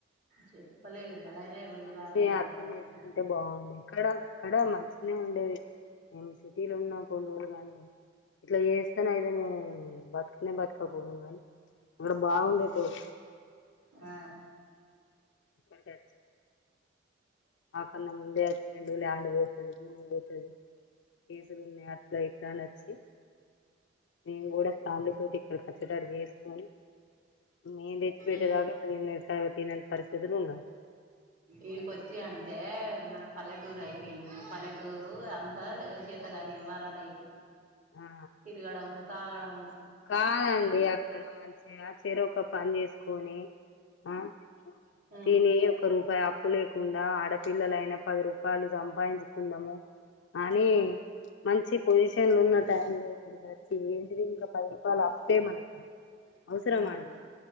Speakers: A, on the right; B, on the left.
A: చెప్పలేరు ఇవ్వాలైనా ఇవ్వాలి
B: మనిషి
A: వాళ్ళకే
B: అర్థం
A: ఉండాలి
B: చేసుకుంటే
A: కానీ
B: బావుండే ఇక్కడ అక్కడ మంచినే ఉండేది మేము సిటీలో ఉన్నా కొన్ని రోలు గాని ఇట్లా చేస్తేనే అయితే మేము బతకనే <unintelligible> బతకపోదుము కానీ ఇక్కడ బాగుండేది <inaudible>
A: అ
B: ఇక్కడికి మాకన్నా ముందే వచ్చిండు లండువో భూమి పోతది కేసులు ఉన్నాయి అట్లా ఇట్లా నచ్చి నేను కూడా ఫ్యామిలీతోటి ఇక్కడ కోచేటట్టు చేసుకొని నేను తెచ్చి పెట్టేదాకా
A: ఈ
B: ఇప్పుడు తినెంత పరిస్థితులు ఉన్నారు
A: ఇడికొచి అంటే మన పల్లెటూరు అయిపియింది పల్లెటూరు అంతా చేత గాని యవ్వరాలు
B: ఆ
A: తిరగడం తాగడం
B: కాదండి అక్కడ మంచిగా చెరొక పని చేసుకొని ఆ
A: హ
B: తిని ఒక రూపాయి అప్పు లేకుండా ఆడపిల్లలైనా పది రూపాయలు సంపాయించుకుందాము అని మంచి పొజిషన్లో ఉన్న టైమ్ లో ఇక్కడికి వచ్చి ఏంటి పది రూపాయలు అప్పే మనకి
A: మ్మ్
B: అవసరమా అండి